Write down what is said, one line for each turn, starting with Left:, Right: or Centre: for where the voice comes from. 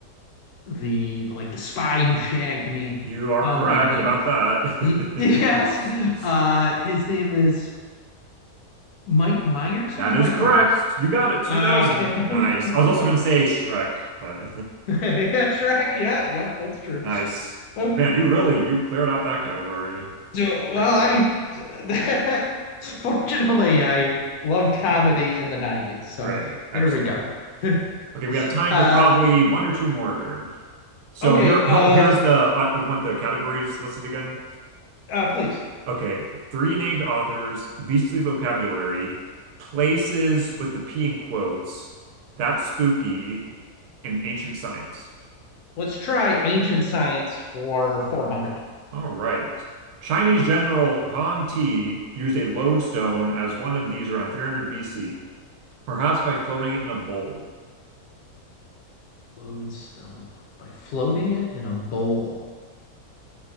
Left: the like the spy who shagged me.
Right: You are
Left: Oh
Right: correct
Left: my goodness.
Right: about that.
Left: He- <laughs> yes.
Right: <laughs>
Left: Uh, his name is Mike Myers.
Right: That
Left: Who is
Right: is
Left: Mike
Right: correct.
Left: Myers?
Right: You got it. 2000.
Left: Uh, okay.
Right: Nice.
Left: <laughs>
Right: I was
Left: yeah,
Right: also going to say Shrek, but
Left: Shrek. Yeah, yeah, that's
Right: <laughs>
Left: true.
Right: nice.
Left: Okay.
Right: Man, you really you cleared out that category.
Left: So, well,
Right: Great job.
Left: I <laughs> fortunately I loved comedy in the 90s. So
Right: Great. Excellent.
Left: there we go. <laughs>
Right: Okay, we have time
Left: uh,
Right: for probably one or two more here. So
Left: okay,
Right: here, oh,
Left: uh,
Right: here's the. Uh, oh, you want the categories listed again?
Left: uh, please.
Right: Okay, three named authors, beastly vocabulary, places with the P in quotes, that's spooky, and ancient science.
Left: Let's try ancient science for 400.
Right: All right. Chinese general Huang Ti used a lodestone as one of these around 300 BC, perhaps by floating it in a bowl.
Left: Lodestone by floating it in a bowl.